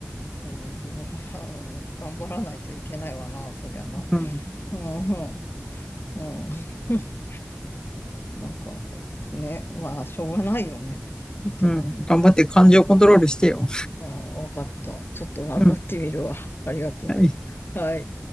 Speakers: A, on the left (about 55°); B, on the left (about 20°).
A: うん、<laughs> 頑張らないといけないわな、そりゃな。
B: うん、
A: うん、うん、うん。<laughs> なんか、ね、まあ、しょうがないよね。本当に。
B: うん、頑張って感情をコントロールしてよ。
A: ああ、わかった。ちょっと頑張ってみるわ。
B: うん、
A: ありがと
B: はい。
A: う。はい。